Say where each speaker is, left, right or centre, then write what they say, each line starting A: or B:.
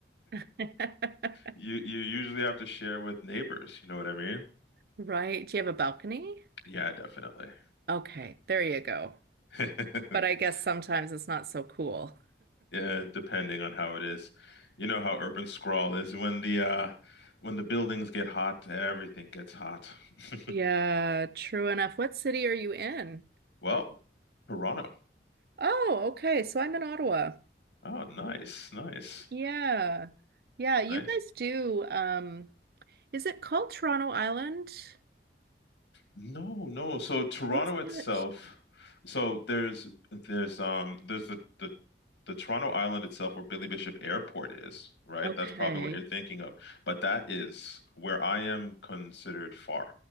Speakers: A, on the right; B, on the left.
A: <laughs>
B: You you usually have to share with neighbors, you know what I mean?
A: Right. Do you have a balcony?
B: Yeah, definitely.
A: Okay. There you go.
B: <laughs>
A: But I guess sometimes it's not so cool.
B: Yeah, depending on how it is. You know how urban sprawl is. When the uh when the buildings get hot, everything gets hot. <laughs>
A: Yeah, true enough. What city are you in?
B: Well, Toronto.
A: Oh, okay. So I'm in Ottawa.
B: Oh, nice, nice,
A: Yeah. Yeah, you
B: nice.
A: guys do. Um, is it called Toronto Island?
B: No, no. So Toronto
A: What's
B: itself,
A: that?
B: so there's there's um there's the the the Toronto Island itself where Billy Bishop Airport is, right?
A: Okay.
B: That's probably what you're thinking of. But that is where I am considered far.